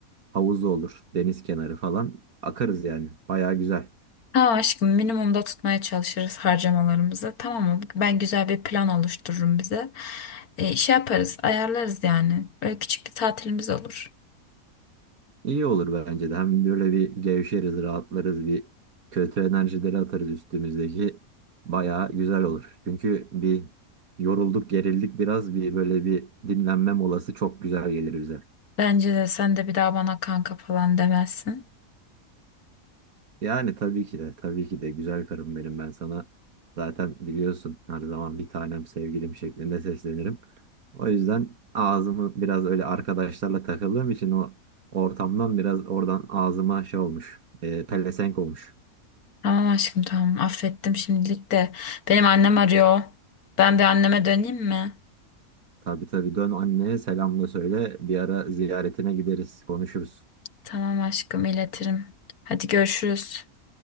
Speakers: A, on the right; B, on the left.
A: havuz olur, deniz kenarı falan. Akarız yani. Bayağı güzel.
B: Tamam aşkım minimumda tutmaya çalışırız harcamalarımızı. Tamam mı? Ben güzel bir plan oluştururum bize. E, şey yaparız ayarlarız yani. Böyle küçük bir tatilimiz olur.
A: İyi olur bence de. Hem böyle bir gevşeriz, rahatlarız, bir kötü enerjileri atarız üstümüzdeki. Bayağı güzel olur. Çünkü bir yorulduk, gerildik biraz. Bir böyle bir dinlenme molası çok güzel gelir bize.
B: Bence de sen de bir daha bana kanka falan demezsin.
A: Yani tabii ki de, tabii ki de güzel karım benim. Ben sana zaten biliyorsun her zaman bir tanem sevgilim şeklinde seslenirim. O yüzden ağzımı biraz öyle arkadaşlarla takıldığım için o ortamdan biraz oradan ağzıma şey olmuş, e, pelesenk olmuş.
B: Tamam aşkım tamam affettim şimdilik de. Benim annem arıyor. Ben bir anneme döneyim mi?
A: Tabii tabii dön anneye selamla söyle. Bir ara ziyaretine gideriz, konuşuruz.
B: Tamam aşkım iletirim. Hadi görüşürüz.